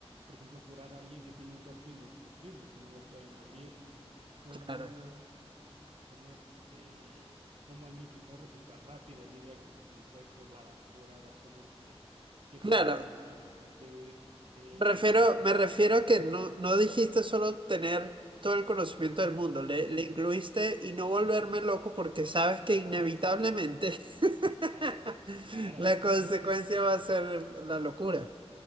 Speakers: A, on the right; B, on the right.
A: por ejemplo, curar a alguien que tiene un cuerpo indestructible si no lo pueden abrir? ¿Cómo,
B: Claro.
A: cómo este, cómo alguien que corre súper rápido lidia con los insectos, la basura, las cosas que, que están
B: Claro.
A: en el ambiente, el-
B: Me refiero,
A: las personas?
B: me refiero a que no, no dijiste solo tener todo el conocimiento del mundo, le, le incluiste y no volverme loco porque sabes que inevitablemente <laughs>
A: Ah, claro, claro,
B: la
A: claro.
B: consecuencia
A: Gen-
B: va a ser la locura.